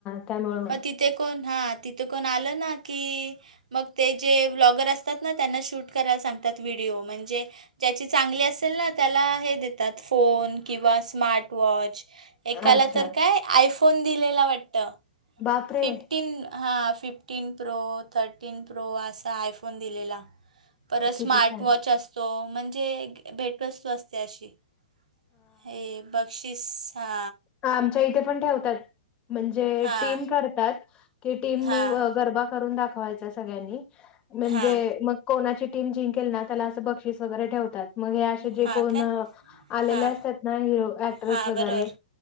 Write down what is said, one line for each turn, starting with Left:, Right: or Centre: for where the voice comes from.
Left: त्यामुळं
Right: मग तिथे कोण हा तिथे कोण आलं ना की, मग ते जे ब्लॉगर असतात ना त्यांना शूट करायला सांगतात व्हिडिओ. म्हणजे, ज्याची चांगली असेल ना त्याला हे देतात फोन. किंवा स्मार्टवॉच. एकाला
Left: अच्छा
Right: तर काय आयफोन दिलेला वाटत.
Left: बापरे
Right: फिफ्टीन हा फिफ्टीन प्रो थर्टीन प्रो असा आयफोन. फोन दिलेला. परत
Left: किती
Right: स्मार्ट
Left: छान
Right: वॉच असतो. म्हणजे भेटवस्तू असते अशी. हे बक्षीस हा.
Left: ह आमच्या इथे पण ठेवतात. म्हणजे
Right: हां
Left: टीम करतात की टीमनी
Right: हां
Left: गरबा करून दाखवायच सगळ्यांनी, म्हणजे
Right: हां
Left: मग, कोणाची टीम जिंकेल ना त्याला असं बक्षीस वगैरे ठेवतात. मग हे असे जे
Right: हां
Left: कोण
Right: काय
Left: आलेले
Right: हां
Left: असतात ना हिरो ऍक्टरस
Right: हां
Left: वगैरे.
Right: बरोबर